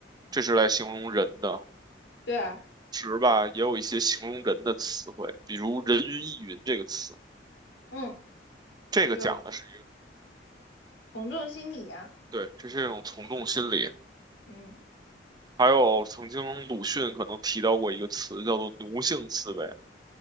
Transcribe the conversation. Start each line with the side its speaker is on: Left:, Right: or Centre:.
Right: 这是来形容人的。
Left: 对啊，
Right: 时吧，也有一些形容人的词汇，比如“人云亦云”这个词，
Left: 嗯，
Right: 这个讲的是一个
Left: 就是从众心理啊，
Right: 对，这是一种从众心理。
Left: 嗯，
Right: 还有曾经鲁迅可能提到过一个词，叫做奴性思维，